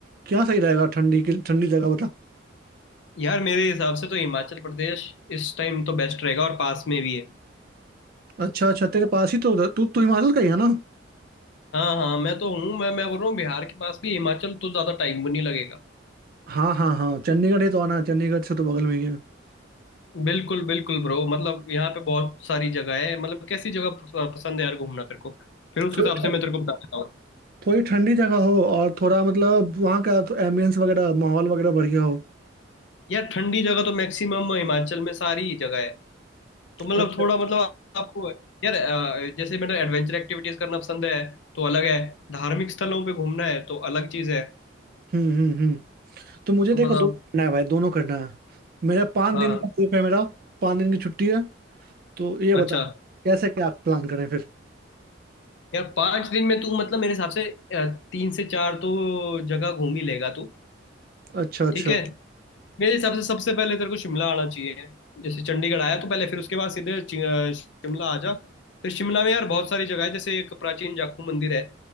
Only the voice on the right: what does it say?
क्या सही रहेगा ठंडी की ठंडी जगह बता
अच्छा अच्छा तेरे पास ही तो उधर- तू तू हिमाचल का ही है ना
हाँ हाँ हाँ चंडीगढ़ ही तो आना है, चंडीगढ़ से तो बगल में ही है
थोड़ी
ठ-
थोड़ी ठंडी जगह हो और थोड़ा मतलब वहाँ का तो एम्बियंस वगैरह माहौल वगैरह बढ़िया हो
अच्छा
हम्म हम्म हम्म तो मुझे
देखो
दोनों करना है भाई दोनों करना है मेरा पाँच
दिन का ट्रिप है मेरा पाँच दिन की छुट्टी है तो ये बताओ
कैसे क्या प्लान करें फिर
अच्छा अच्छा